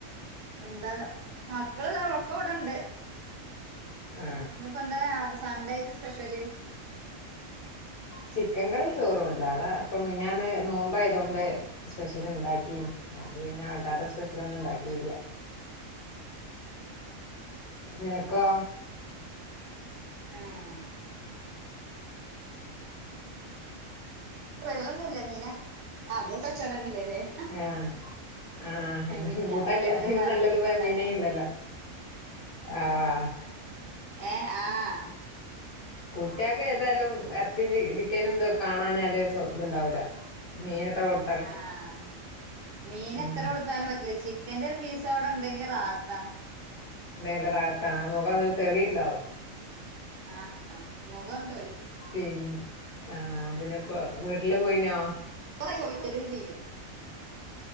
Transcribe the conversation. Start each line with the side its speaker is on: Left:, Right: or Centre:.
Right: എന്താന്ന് മക്കള്താ ഒക്കെ ഇവിടെണ്ട്
Left: ആ
Right: ഇന്ന് ഇപ്പോന്താ സൺഡേ ആയിട്ട് സ്പെഷ്യൽ
Left: ചിക്കൻ കറിയും ചോറുണ്ട് അതാ ഇപ്പൊ മിനിഞ്ഞാന്ന് നോമ്പായതോണ്ട് സ്പെഷ്യലുണ്ടാക്കി അപ്പ പിന്നെ അല്ലാതെ സ്പെഷ്യൽ ഒന്നും ഉണ്ടാക്കിയില്ല നിനക്കോ
Right: ആഹ് സ്പെഷല് ഒന്നും ഇല്ലമീന അതും സ്പെഷല് തന്നെയല്ലേ ലേ
Left: ആഹ് ആഹ് എന്നകൂട്ടല്ലാത്തേനും
Right: പിന്നെ അതേപോലെ മന്തിയൊക്കെ
Left: നല്ലത് പൊയ്മീൻ
Right: ഉണ്ടാക്കിണ്ടേ
Left: ഉണ്ടല്ലോ ആഹ്
Right: ഏഹ് ആഹ്
Left: കുട്ടികൾക്ക് ഏതായാലും ഇറച്ചും ചിക്കനും ഇ കാണാഞ്ഞാല് ശ്വസ്ഥത ഉണ്ടാവൂല മീൻ എത്ര കൊടു
Right: ആഹ് മീൻ
Left: ഉം
Right: എത്ര കൊടുത്താലും പറ്റില്ല ചിക്കന്റെ ഒരു പീസ് അവിടെ ഉണ്ടെങ്കി റാഹത്താ
Left: നല്ല റാഹത്താണ് ആ മുഖംന്നൊരു തെളിയുണ്ടാവും
Right: ആഹ് മുഖം തെളിയും
Left: പിന്നെ ആ പിന്നെപ്പോ വീട്ടില് പോയിനോ
Right: <unintelligible> സൗഹര്യം ചെയ്യും